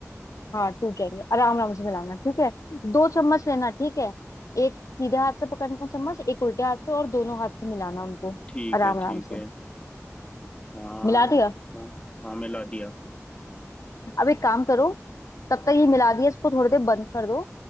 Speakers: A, on the left; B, on the left.
A: हाँ टूट जाएंगे आराम आराम से मिलाना ठीक है दो चम्मच लेना ठीक है एक सीधे हाथ से पकड़ना चम्मच एक उल्टे हाथ से और दोनों हाथ से मिलाना उनको
B: ठीक
A: आराम
B: है
A: आराम
B: ठीक
A: से
B: है हाँ
A: मिला दिया
B: हाँ हाँ मिला दिया
A: अब एक काम करो तब तक ये मिला दिया इसको थोड़ी देर बंद कर दो